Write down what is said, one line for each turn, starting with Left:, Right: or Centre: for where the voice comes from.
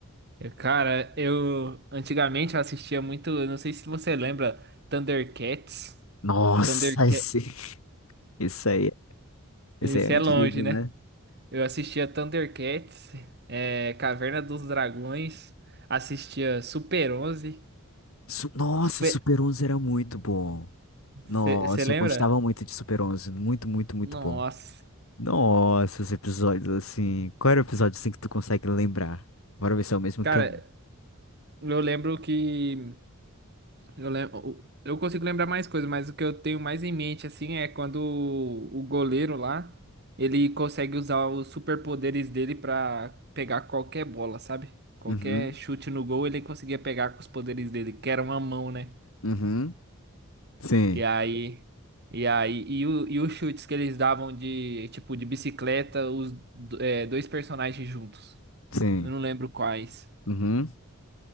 Right: Eu, Cara, eu antigamente eu assistia muito, eu não sei se você lembra, Thundercats.
Left: Nossa,
Right: Thundercats,
Left: esse, <laughs> esse aí, esse
Right: isso
Left: aí é
Right: é
Left: antigo,
Right: longe, né?
Left: né?
Right: Eu assistia Thundercats, é, Caverna dos Dragões, assistia Super onze
Left: Su- Nossa,
Right: Super,
Left: Super 11 era muito bom.
Right: você
Left: Nossa,
Right: lembra?
Left: eu gostava muito de Super 11, muito, muito, muito
Right: Nossa.
Left: bom. Nossa, os episódios assim. Qual era o episódio assim que tu consegue lembrar? Bora ver se é o mesmo
Right: Cara,
Left: que eu.
Right: eu lembro que Eu lembro, eu consigo lembrar mais coisas, mas o que eu tenho mais em mente assim é quando o o goleiro lá, ele consegue usar os superpoderes dele pra pegar qualquer bola, sabe? Qualquer
Left: Uhum,
Right: chute no gol, ele conseguia pegar com os poderes dele, que era uma mão, né?
Left: uhum. Sim,
Right: E aí, e aí, e, o, e os chutes que eles davam de, tipo, de bicicleta, os do- é, dois personagens juntos.
Left: sim.
Right: Eu não lembro quais.
Left: Uhum.